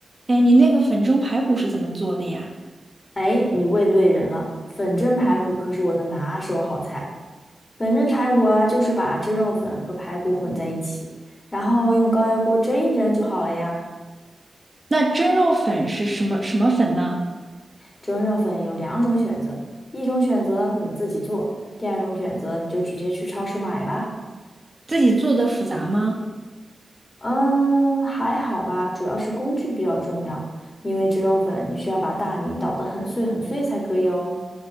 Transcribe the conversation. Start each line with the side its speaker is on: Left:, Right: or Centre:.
Right: 哎，你那个粉蒸排骨是怎么做的呀？
Left: 哎，你问对人了，粉蒸排骨可是我的拿手好菜。粉蒸排骨啊，就是把蒸肉粉和排骨混在一起，然后用高压锅蒸一蒸就好了呀。
Right: 那蒸肉粉是什么什么粉呢？
Left: 蒸肉粉有两种选择，一种选择你自己做，第二种选择你就直接去超市买吧。
Right: 自己做的复杂吗？
Left: 嗯，还好吧，主要是工具比较重要，因为蒸肉粉你需要把大米捣得很碎很碎才可以哦。